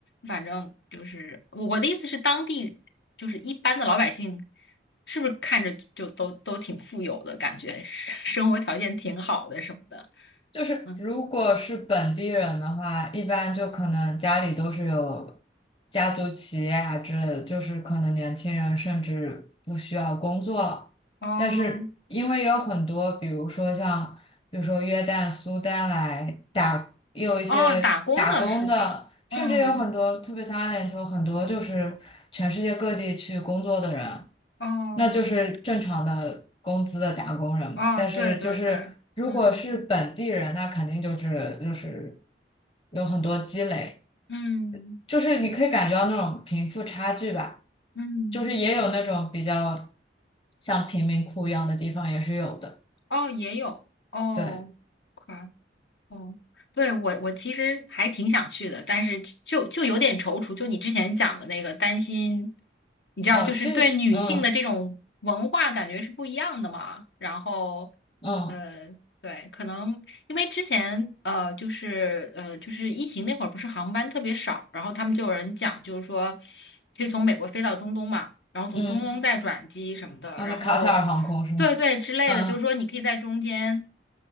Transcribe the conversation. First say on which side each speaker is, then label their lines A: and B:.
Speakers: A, on the left; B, on the left.
A: 反正就是我我的意思是，当地就是一般的老百姓，是不是看着就都都挺富有的感觉，<laughs> 生活条件挺好的什么的。
B: 就是如果是本地人的话，
A: 嗯，
B: 一般就可能家里都是有家族企业啊之类的，就是可能年轻人甚至不需要工作，
A: 哦
B: 但是因为有很多，比如说像比如说约旦、苏丹来打，也有一些打工的。
A: 哦，打工的是吧？嗯，
B: 甚至有很多，特别像阿联酋，很多就是全世界各地去工作的人，
A: 哦
B: 那就是正常的工资的打工人嘛。
A: 哦，
B: 但是就是如果是本地人，
A: 对对对，嗯
B: 那肯定就是就是有很多积累，
A: 嗯
B: 就是你可以感觉到那种贫富差距吧。
A: 嗯。
B: 就是也有那种比较像贫民窟一样的地方也是有的。
A: 哦，也有哦快。
B: 对，
A: 哦，对，我我其实还挺想去的，但是就就有点踌躇。就你之前讲的那个，担心，你知道，
B: 哦，
A: 就是对女性的这种文化感觉是不一样的嘛。
B: 其实，嗯
A: 然后，
B: 嗯
A: 呃，对，可能因为之前呃，就是呃，就是疫情那会儿，不是航班特别少，然后他们就有人讲，就是说可以从美国飞到中东嘛，然后从中东再转机什么的，
B: 嗯，哦，
A: 然后对对之类的，
B: 那卡塔尔航空是吗？<laughs> 嗯
A: 就是说你可以在中间。